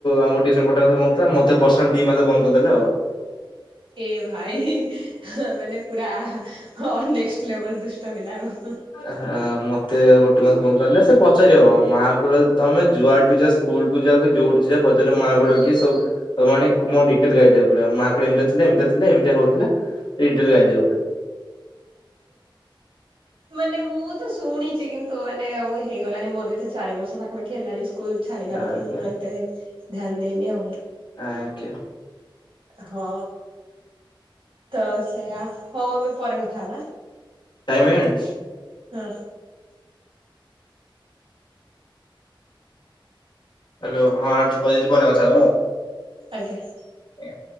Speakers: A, on the left (about 60°); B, on the right (about 75°).
A: ଆମ ଟିଉସନ ଗୋଟେ ମାସ ବନ୍ଦ ଥିଲା। ମୋତେ ପର୍ସନାଲ ଦି ମାସ ବନ୍ଦ ଦେଲେ ଆଉ।
B: ଏ ଭାଇ ମାନେ ପୁରା ଅନେକଷ୍ଟ ଲେବଲ୍ ଦୁଷ୍ଟ ପିଲା ଆଉ।
A: ଏ ହେ ମୋତେ ଗୋ ପାରିଲେ ସେ ପଚାରିବ ମାଆ କ ତମେ ଯୁଆଡେ ବି ଯା ସ୍କୁଲ କୁ ଯା ଯୋଉଠି ଜା ପଚାରିବ ମା <unintelligible> କି ସବୁ। <unintelligible> <unintelligible> ପୁରା ମା ଏମତିଆ ଥିଲେ ଏମତିଆ ଏମତି ହଉଥିଲା ଏ ଟେଲ ଗାଇଦେବେ ପୁରା।
B: ମାନେ ମୁଁ ତ ଶୁଣିଚି କିନ୍ତୁ ମାନେ ଓ, ହେଇଗଲାଣିି ମୋର ବି ଏ ତ ଚାରି ବର୍ଷ ପାଖାପାଖି ହେଲାଣି ସ୍କୁଲ୍ ଛାଡିବାର।
A: ଆଜ୍ଞା
B: ତ ମୁଁ ଏତେ ଧ୍ୟାନ ଦେଇନି ଆଉ।
A: ଆଜ୍ଞା।
B: ହଁ ତ ସେଇଆ ହଉ ଆମେ ପରେ କଥା ହବା।
A: ଟାଇମ୍ ହେଇଗଲାଣି।
B: ହଁ।
A: ହ୍ୟାଲୋ ହଁ ଦିଦି ପରେ କଥା ହେଵା।
B: ଆଜ୍ଞା।
A: ଆଜ୍ଞା।